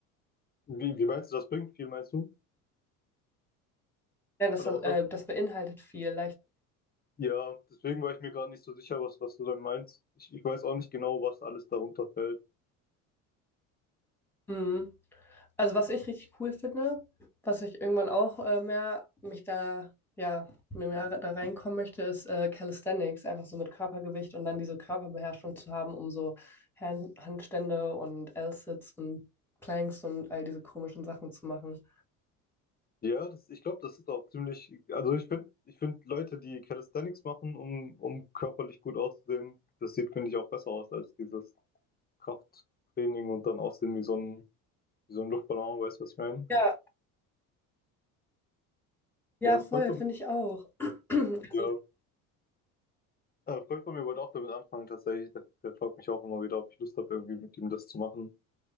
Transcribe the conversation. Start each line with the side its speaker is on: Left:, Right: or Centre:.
Left: Wie, wie meinst du, das bringt viel, meinst du?
Centre: Ja, das,
Left: Oder
Centre: äh,
Left: was ist
Centre: das beinhaltet viel,
Left: Ja, deswegen war ich mir gerade nicht so sicher, was, was du dann meinst. Ich, ich weiß auch nicht genau, was alles darunter fällt.
Centre: Mhm. Also was ich richtig cool finde, was ich irgendwann auch äh, mehr mich da, ja, mir mehr da reinkommen möchte, ist äh, Calisthenics, einfach so mit Körpergewicht und dann diese Körperbeherrschung zu haben, um so Hand Handstände und L-Sits und Planks und all diese komischen Sachen zu machen.
Left: Ja, das, ich glaube, das ist auch ziemlich, also ich finde, ich finde Leute, die Calisthenics machen, um, um körperlich gut auszusehen, das sieht, finde ich, auch besser aus als dieses Krafttraining und dann aussehen wie so ein, wie so ein Luftballon, weißt du, was ich meine?
Centre: Ja, ja,
Left: Ja,
Centre: voll,
Left: Freund von,
Centre: finde ich auch. <clears throat> Also,
Left: ja, äh, Freund von mir wollte auch damit anfangen, tatsächlich. Der, der fragt mich auch immer wieder, ob ich Lust habe, irgendwie mit ihm das zu machen.